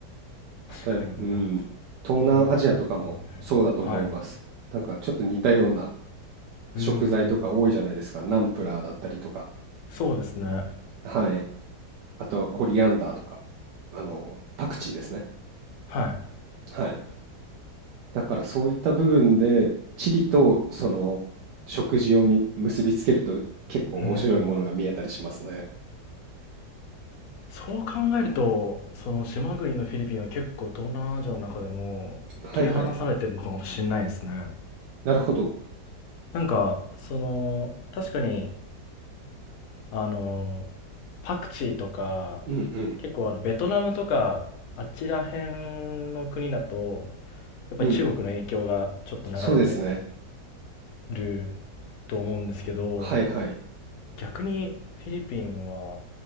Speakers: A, on the right; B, on the left.
A: 例えば、
B: 確かに日本
A: うん、東南アジアとかもそうだと思います。
B: 日本だとね。はい。う
A: なんかちょっと似たような食材とか多いじゃないですか。
B: ーん。
A: ナンプラーだったりとか。
B: そうですね。
A: はい。あとはコリアンダーとか。あの、パクチーですね。
B: はい。
A: はい。だからそういった部分で地理とその食事をみ結びつけると結構面白いものが見えたりしますね。
B: うーん。そう考えると、その島国のフィリピンは結構東南アジアの中でも切り離されてるのかもしんないですね。
A: はいはい。なるほど。
B: なんか、その、確かに、あの、パクチーとか、
A: うん
B: 結構あの、ベトナムとか、あちら辺の国だと、やっぱり中国の影響がちょっと流れて
A: うん。うん。そうですね。
B: ると思うんですけど、
A: はいはい。
B: 逆にフィリピンは